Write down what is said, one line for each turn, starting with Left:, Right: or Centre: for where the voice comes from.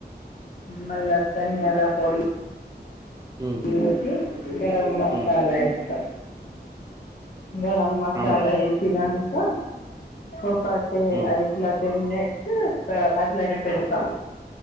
Left: మళ్లా ధనియాలా పొడి
Right: మ్మ్,
Left: యేసి గరం మసాలా
Right: మ్మ్,
Left: యేస్తాం గరం మసాలా
Right: ఆ మేడం
Left: యేసినంకా ఒకటే
Right: మ్మ్,
Left: అ ఇట్లా టెన్ మినిట్స్ త అట్లానే పెడతాం